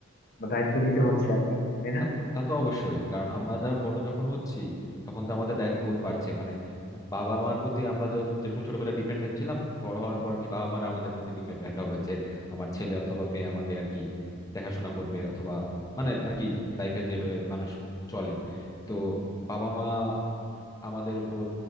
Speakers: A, on the left; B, on the left.
A: বা দায়িত্ব নিতে হচ্ছে আর কি তাই না
B: তা তা তো অবশ্যই কারণ আমরা বড় যখন হচ্ছি তখন তো আমাদের দায়িত্ববোধ বাড়ছে মানে বাবা মার প্রতি আমরা য- যেরকম ছোটবেলায় ডিপেন্ডেন্ট ছিলাম বড় হওয়ার পর আর কি বাবা মারা আমাদের প্রতি ডিপেন্ডেন্ট হবে যে আমার ছেলে অথবা মেয়ে আমাকে আর কি দেখাশোনা করবে অথবা মানে আর কি লাইফে যেভাবে মানুষ চলে তো বাবা মা আমাদের উপর